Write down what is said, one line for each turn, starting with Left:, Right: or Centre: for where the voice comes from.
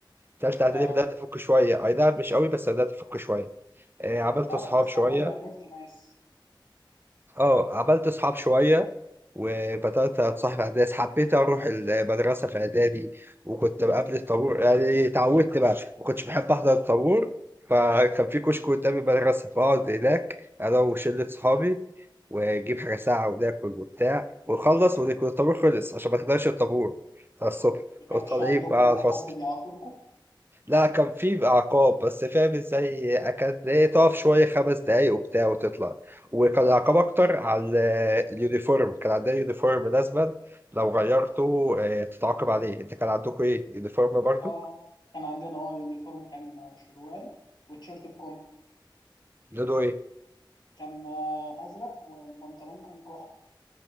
Right: تالتة اعدادي
Left: أه
Right: بدأت أفك شوية أي نعم مش قوي بس بدأت أفك شوية آه، عملت
Left: أه
Right: أصحاب
Left: بس
Right: شوية
Left: على الأقل عرفت ناس
Right: أه عملت أصحاب شوية وبدأت أتصاحب على الناس حبيت أروح المدرسة في إعدادي وكنت قبل الطابور يعني اتعودت بقى ما كنتش بحب أحضر الطابور فكان في كشك قدام المدرسة بقعد هناك أنا وشلة صحابي ونجيب حاجة ساعة وناكل وبتاع ونخلص ويكون الطابور خلص عشان ما تحضرش الطابور بتاع الصبح
Left: ما كانش
Right: وطالعين
Left: عندكم
Right: بقى على الفصل
Left: حد بيعاقبكم
Right: لا كان في بقى عقاب بس فاهم ازاي كانت ايه تقف شويه خمس دقايق وبتاع وتطلع وكان العقاب اكتر على ال- اليونيفورم كان عندنا يونيفورم لازما لو غيرته اه، تتعاقب عليه انت كان عندكم ايه يونيفورم برضو
Left: اه كان عندنا اه يونيفورم كان شروال والتيشيرت بكم
Right: لونه ايه
Left: كان آه، ازرق والبنطلون كان كحل